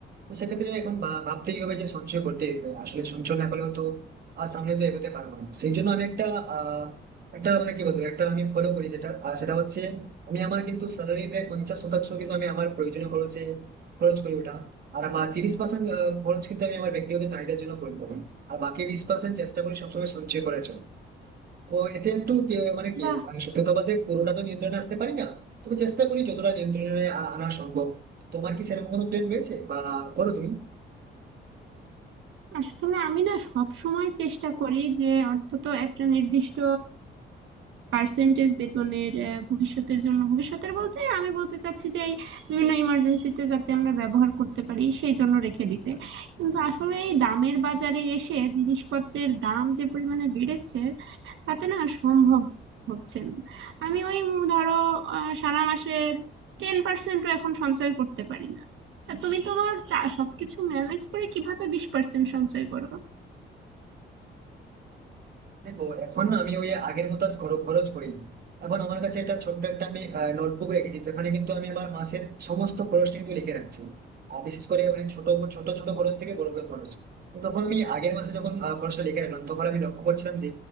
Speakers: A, on the right; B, on the right.
A: তো সেক্ষেত্রে এখন ভা- ভাবতেই হবে যে সঞ্চয় করতে হবে আসলে সঞ্চয় না করলেও তো আর সামনে তো এগোতে পারবো না সেই জন্য আমি একটা আহ একটা মানে কি বলবো একটা আমি ফলো করি যেটা আর সেটা হচ্ছে আমি আমার কিন্তু স্যালারি প্রায় পঞ্চাশ শতাংশ কিন্তু আমি আমার প্রয়োজনীয় খরচে খরচ করি ওটা আর আমার তিরিশ পার্সেন্ট খরচ কিন্তু আমি আমার ব্যক্তিগত চাহিদার জন্য করবো আর বাকি বিশ পার্সেন্ট চেষ্টা করি সবসময় সঞ্চয় করার জন্য তো এতে একটু কি মানে কি
B: বাহ
A: মানে সত্যি কথা বলতে পুরোটা তো নিয়ন্ত্রণে আসতে পারি না তবে চেষ্টা করি যতটা নিয়ন্ত্রণে আ- আনা সম্ভব তোমার কি সেরকম কোনো প্ল্যান রয়েছে বা করো তুমি
B: আসলে আমি না সব সময় চেষ্টা করি যে অন্তত একটা নির্দিষ্ট পার্সেন্টেজ বেতনের আহ, ভবিষ্যতের জন্য ভবিষ্যতের বলতে আমি বলতে চাচ্ছি যে এই বিভিন্ন ইমার্জেন্সিতে যাতে আমরা ব্যবহার করতে পারি সেই জন্য রেখে দিতে কিন্তু আসলে এই দামের বাজারে এসে জিনিসপত্রের দাম যে পরিমাণে বেড়েছে তাতে না আর সম্ভব হচ্ছে না আমি ওই উম ধরো আহ, সারা মাসের টেন পার্সেন্টও এখন সঞ্চয় করতে পারি না তা তুমি তোমার চা- সবকিছু ম্যানেজ করে কিভাবে বিশ পার্সেন্ট সঞ্চয় করো
A: দেখো এখন না আমি ওই আগের মতো আর খর- খরচ করি না। এখন আমার কাছে একটা ছোট্ট একটা আমি নোটবুক রেখেছি যেখানে কিন্তু আমি আমার মাসের সমস্ত খরচটা কিন্তু লিখে রাখছি আর বিশেষ করে অনেক ছোট ছোট ছোট খরচ থেকে বড় বড় খরচ তো তখন আমি আগের মাসে যখন আহ, খরচটা লিখে রাখলাম তখন আমি লক্ষ্য করছিলাম যে